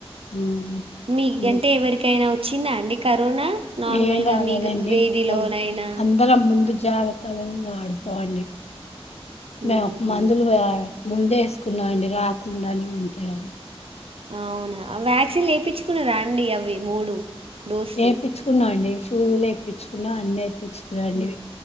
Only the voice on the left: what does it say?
ఉమ్
ఉమ్
ఏం రాలేదండి
ఎవ్ అందరం ముందు జాగ్రత్తలు అవి వాడతాం అండి. మేము
మందులు వా ముందె వేసుకున్న అండి. రాకుండానే ఉంటాయిని.
ఏపిచ్చుకున్నా అండి. సూదులు ఏపిచ్చుకున్న అన్ని ఏపిచ్చుకున్న అండి.